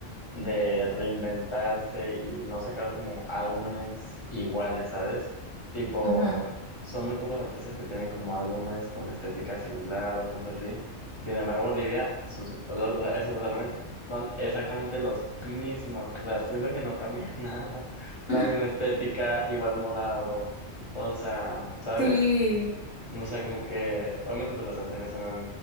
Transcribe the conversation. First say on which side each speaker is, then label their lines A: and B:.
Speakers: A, on the left (about 25°); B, in the centre.
A: de reinventarse y no sacar como álbumes iguales, ¿sabes? Tipo,
B: Ujú.
A: son muy pocos artistas que tienen como álbumes con estética similar o cosas así. Sin embargo, Olivia, sus, lo- o sea, esos álbumes son exactamente los mismos. O sea, siento que no cambia <laughs> nada. La
B: <laughs>
A: misma estética, igual morado, o sea, ¿sabes?
B: Sí,
A: O sea, como que, obviamente, pues las canciones sonan,